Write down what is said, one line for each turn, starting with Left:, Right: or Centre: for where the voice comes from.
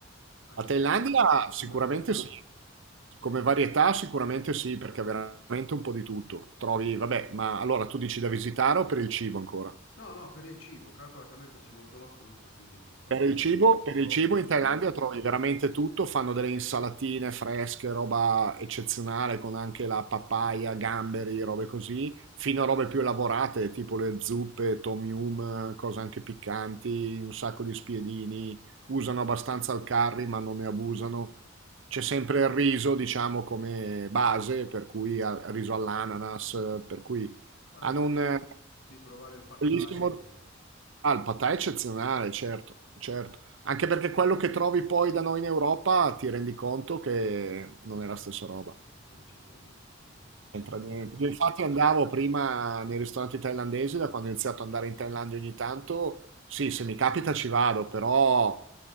Left: anche
Right: A Thailandia
Left: come,
Right: sicuramente
Left: come varietà.
Right: sì, come varietà sicuramente sì, perché è veramente un po' di tutto. Trovi, vabbè, ma allora tu dici da visitare o per il cibo ancora?
Left: No, no, per il cibo, calcola che a me piace molto la frutta, quindi sono stato
Right: Per il cibo,
Left: per esempio
Right: per il cibo
Left: in Brasile,
Right: in Thailandia
Left: ci-
Right: trovi veramente tutto, fanno delle insalatine fresche, roba eccezionale con anche la papaya, gamberi, robe così, fino a robe più elaborate, tipo le zuppe, tom yum, cose anche piccanti, un sacco di spiedini, usano abbastanza il curry ma non ne abusano. C'è sempre il riso, diciamo, come base, per cui al- riso all'ananas, per cui
Left: sarei
Right: hanno
Left: curioso
Right: un
Left: di, di provare il pad
Right: Bellissimo.
Left: thai che,
Right: Ah, il patà è eccezionale, certo, certo. Anche perché quello che trovi poi da noi in Europa ti rendi conto che non è la stessa roba.
Left: che non c'entra niente, sì, sì, sì, sì.
Right: C'entra
Left: Poi mi
Right: niente.
Left: hanno detto,
Right: Io infatti andavo prima nei ristoranti thailandesi, da quando ho iniziato ad andare in Thailandia ogni tanto, sì, se mi capita ci vado, però